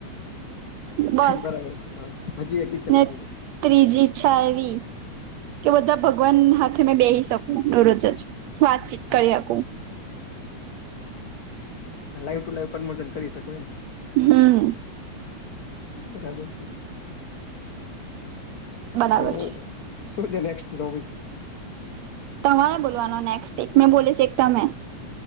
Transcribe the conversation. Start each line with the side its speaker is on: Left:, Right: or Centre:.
Right: બસ
Left: બરાબર છે હા હજી એક ઇચ્છા
Right: ને
Left: બાકી છે.
Right: ત્રીજી ઈચ્છા એવી. કે બધા ભગવાન હાથે મે બેહી શકું દરરોજ જ વાતચીત કરી હકું.
Left: લાઈવ ટુ લાઈવ કન્વર્શન કરી શકો એમ.
Right: હમ્મ.
Left: બરાબર છે.
Right: બરાબર
Left: તો
Right: છે
Left: શું છે નેક્સ્ટ ટોપીક?
Right: તમારે બોલવાનો નેક્સ્ટ એક મેં બોલીશ એક તમે.